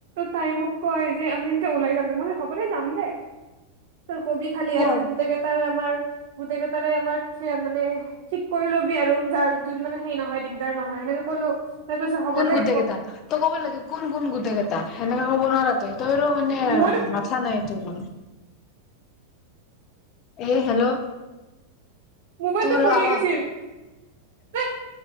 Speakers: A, on the right; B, on the left.
A: তাই মোক কয় যে আমি এনকে ওলাই যাম দে মই হব দে যাম দে কবি খালি
B: কৰ
A: আৰু গোটেই কেইটাৰ আমাৰ গোটেই কেইটাৰে আমাৰ মানে ঠিক কৰি লবি আৰু যাৰ যদি মানে হেৰি নহয় দিগদাৰ নহয় এনেকে কলো তাই কৈছে হ'ব
B: কোন
A: দেই
B: গোটেই কেইটা ত ক'ব লাগে কোন কোন গোটেই কেইটা সেনেকে ক'ব নোৱাৰা তোৰো মানে
A: মইতো
B: মাথা নাই তোৰ এ হেল্ল'
A: মোবাইলটো
B: তোৰ
A: পৰি
B: আৱাজ
A: গৈছিল এ